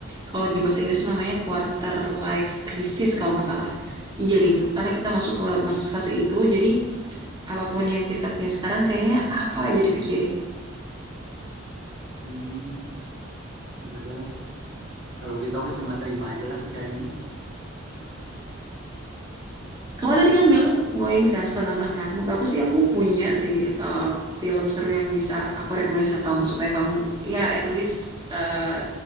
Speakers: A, on the right (about 20°); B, on the right (about 85°).
A: kalau di bahasa Inggris tuh namanya quarter life crisis kalau nggak salah iya deh itu karena kita masuk ke mas- fase itu jadi apapun yang kita punya sekarang kayaknya apa aja dipikirin.
B: Hmm, ya udah lah. Kalau gitu aku cuma terima aja lah pikiran ini.
A: Kamu tadi kan bilang mau ini kan suka nonton kan. Menurut aku sih aku punya sih eh, film seru yang bisa aku rekomendasi ke kamu supaya kamu ya at least eh,